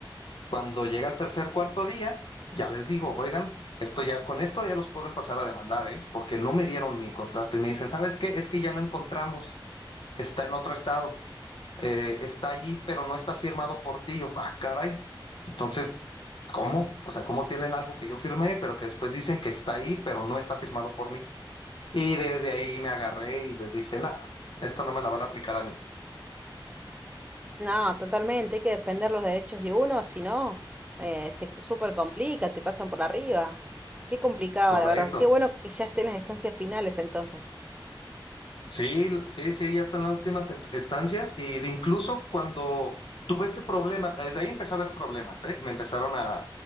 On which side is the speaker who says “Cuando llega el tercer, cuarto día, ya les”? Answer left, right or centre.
Left